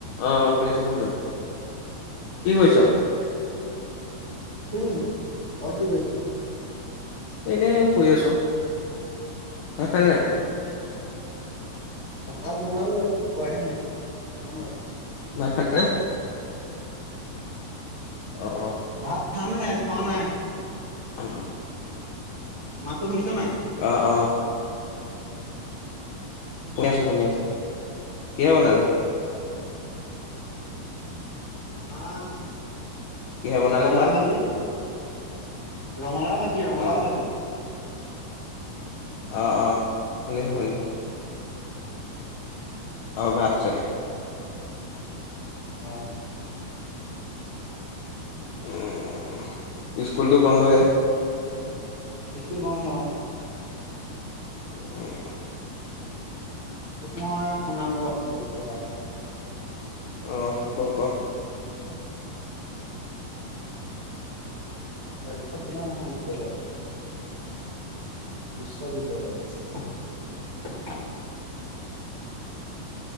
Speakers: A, on the left; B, on the right.
A: অ শুনিছোঁ শুনিছোঁ কি কৰিছ?
B: আছোঁ এনেই তই কি কৰিছ।
A: এনেই শুই আছোঁ ভাত খালি নে নাই?
B: ভাত বনালো খোৱাহে নাই খাম আৰু।
A: ভাত খালানে? অ অ।
B: ভাত খামহে খোৱা নাই।
A: অ।
B: মাতটো শুনিছ নে নাই?
A: অহ অহ। শুনি আছোঁ শুনি আছোঁ, কিহেৰে বনালি?
B: ভাত।
A: কিহে বনালি
B: ৰঙালাওঁ
A: ভাত
B: ভাজি। ৰঙালাওঁ। ভাজি ৰঙালাওঁ
A: অ
B: ভাজি।
A: অ অ শুনিছোঁ শুনিছোঁ। অ ভাত চাগে।
B: অ।
A: উম স্কুলটো বন্ধয়ে।
B: স্কুল বন্ধ অ।
A: উম।
B: তোক মই শুনাম ৰ বস্তু এটা।
A: উম ক ক।
B: তক্ষশিলা মহাবিদ্যালয়। বিশ্ববিদ্যালয়। <inaudible>